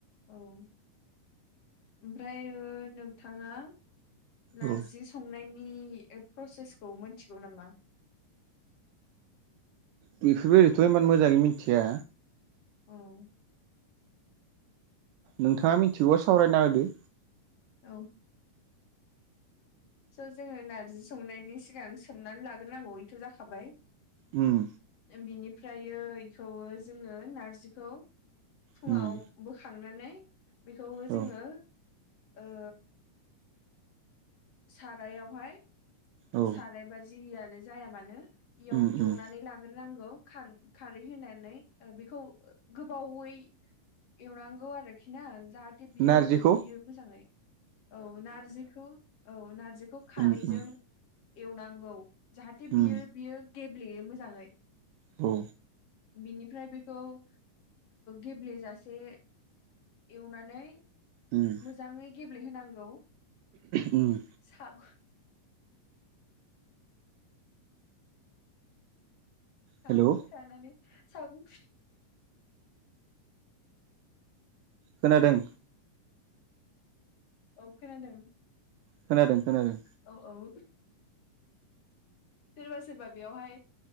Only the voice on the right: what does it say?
औ
बेफोरबायदिथ' इमान मोजाङै मिथिया
नोंथाङा मिथिगौबा सावरायना होदो
ओम
उम
औ
औ
उम उम
नारजिखौ
उम उम
उम
औ
उ
उ
हेलौ
खोनादों
खोनादों खोनादों